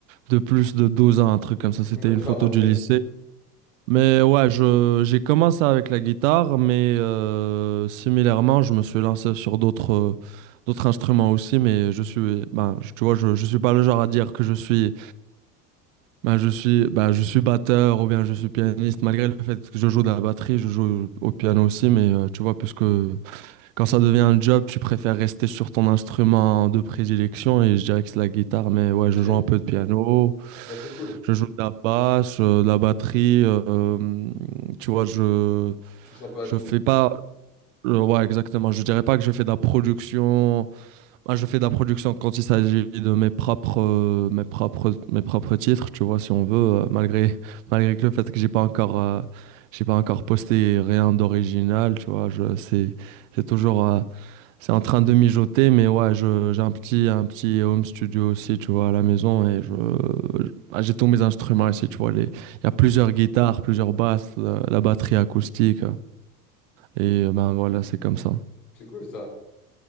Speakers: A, on the right (about 55°); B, on the left (about 70°).
A: de plus de 12 ans, un truc comme ça. C'était
B: D'accord,
A: une photo
B: ok.
A: du lycée. Mais ouais, je, j'ai commencé avec la guitare, mais euh, similairement, je me suis lancé sur d'autres euh, d'autres instruments aussi, mais je suis, ben, je- tu vois, je, je suis pas le genre à dire que je suis, ben, je suis, ben, je suis batteur ou bien je suis pianiste, malgré le fait que je joue de la batterie, je joue au piano aussi, mais euh, tu vois, puisque quand ça devient un job, tu préfères rester sur ton instrument de prédilection et je dirais que c'est la guitare, mais ouais,
B: Ok.
A: je joue un peu de piano,
B: Bah, c'est cool.
A: je joue de la basse, euh, de la batterie, euh, euh, tu vois, je
B: Tu touches un peu à
A: je
B: tout.
A: fais pas euh, ouais, exactement, je dirais pas que je fais de la production, Ah, je fais de la production quand il s'agit de mes propres euh, mes propres mes propres titres, tu vois, si on veut euh, malgré <laughs> malgré que le fait que j'ai pas encore euh, j'ai pas encore posté rien d'original, tu vois, je c'est c'est toujours euh, c'est en train de mijoter, mais ouais, je, j'ai un petit, un petit home studio aussi, tu vois, à la maison. Et je, je- ah, j'ai tous mes instruments ici, tu vois. les- Il y a plusieurs guitares, plusieurs basses, la, la batterie acoustique. Et euh, ben voilà, c'est comme ça.
B: C'est cool, ça.